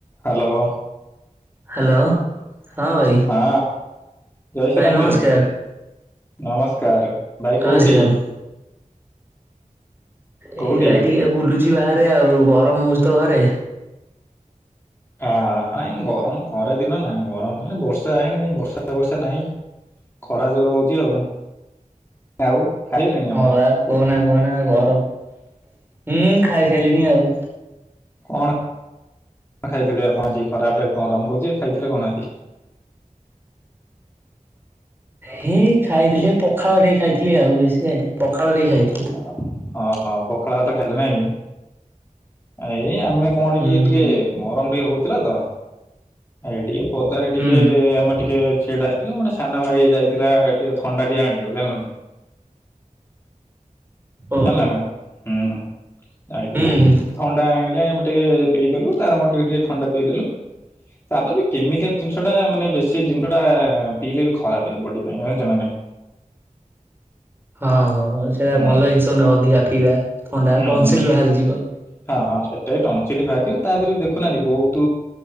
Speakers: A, on the left; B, on the right.
A: Hello.
B: Hello ହଁ ଭାଇ।
A: ହଁ ଜୟ ଶ୍ରୀରାମ
B: ଭାଇ ନମସ୍କାର।
A: ନମସ୍କାର ଭାଇ
B: ଜୟ
A: କୋଉଠି?
B: ଶ୍ରୀରାମ। ଏଇ
A: କୋଉଠି
B: ଭାଇ ଟିକେ ବୁଲୁଛି ବାହାରେ ଆଉ ଗରମ ହଉଛି ତ ଘରେ।
A: ଆହାଃ ଗରମ ଖରା ଦିନ ନା ଗରମ ହେଲେ ବର୍ଷ ବର୍ଷା ଆଇଲାଣି କାଁ ବର୍ଷା ବର୍ଷା ନାହିଁ, ଖରା ଜୋର ହଉଛି ଆଉ ଆଉ। ଖାଇଲେଣି
B: ହଁ
A: ଆପଣ
B: ବା କୁହନା କୁହନା ଘର ହୁଁ ଖାଇସାରିଲିଣି ଆଉ।
A: କଣ ଖାଇଥିଲେ ଆପଣ ଆଜି ଖରାବେଳେ ଗରମ ହଉଛି ଖାଇଥିଲେ କଣ ଆଜି?
B: ହି ଖାଇଥିଲି ପଖାଳ ଟିକେ ଖାଇଥିଲି ଆଉ ବେଶୀ ଖାଇନି ପଖାଳ ଟିକେ ଖାଇଥିଲି।
A: ହଁ ହଁ ପଖାଳ ଭାତ ଖାଇଲେ ନାଇଁକି? ଏଇ ଆମେ କଣ
B: ହୁଁ
A: କି ଟିକେ
B: ହୁଁ
A: ଗରମ ଟିକେ ହଉ। ଥିଲା ତ ଏ ଟିକେ ପଦାରେ
B: ହୁଁ
A: ଟିକେ ଆମେ ଟିକେ ସେଇଟା ହେଇଥିଲା ମାନେ ସାନ ଭାଇ ଯାଇଥିଲା ଏ ଟିକେ ଥଣ୍ଡା ଟିକେ ଆଣିବାକୁ ଜାଣିଲନା।
B: ଓହୋ
A: ହେଲା ନା ହୁଁ ଯାଇଥିଲ
B: ହୁଁ ହୁଁ।
A: ଥଣ୍ଡା ଆଣି ଆମେ ଟିକେ ପେଇଦଲୁ ତାର ଆମର ଟିକେ ଟିକେ ପିଇଦେଲୁ। ତାପରେ ବି କେମିକାଲ ଜିନିଷ ଟା ମାନେ ବେଶୀ ଜିନିଷଟା ପିଇଲେ ବି ଖରାପହେ ବଡି ପାଇଁ ଯାଂଚ ନା ନାହିଁ?
B: ହଁ ହଁ ସେୟା
A: ହୁଁ
B: ଭଲ ଜିନିଷ ନୁହଁ ଅଧିକା ପିଇବା। ଥଣ୍ଡା
A: ହୁଁ
B: ଟନସିଲ
A: ହୁଁ
B: ବାହାରିଯିବ।
A: ହଁ ହଁ ସେଟା ବି ଟନସିଲ ବାହାରିଯିବ ତାପରେ ବି ଦେଖୁନାହାନ୍ତି ବହୁତ